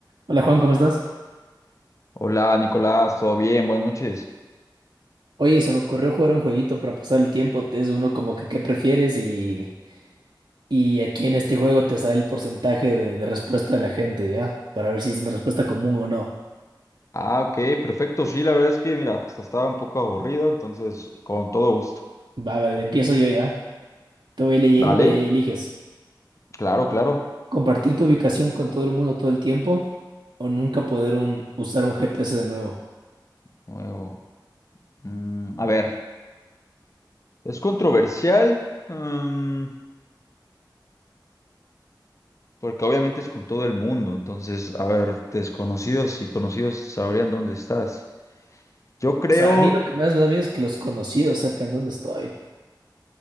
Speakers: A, on the right (about 85°); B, on the left (about 40°).
A: Hola Juan, ¿cómo estás?
B: Hola Nicolás, ¿todo bien? Buenas noches.
A: Oye, se me ocurrió jugar un jueguito para pasar el tiempo. Es uno como que qué prefieres y, y aquí en este juego te sale el porcentaje de, de respuesta de la gente, ¿ya? Para ver si es una respuesta común o no.
B: Ah, ok, perfecto. Sí, la verdad es que, mira, hasta estaba un poco aburrido, entonces, con todo gusto.
A: Va, a ver, empiezo yo ya. Te voy leyendo
B: Dale,
A: y ahí eliges.
B: claro, claro.
A: Compartir tu ubicación con todo el mundo todo el tiempo o nunca poder un- usar un GPS de nuevo.
B: Nuevo. Mm, a ver, es controversial, mm, porque obviamente es con todo el mundo, entonces, a ver, desconocidos y conocidos sabrían dónde estás. Yo creo,
A: O sea, a mí lo que más me da miedo es que los conocidos sepan dónde estoy.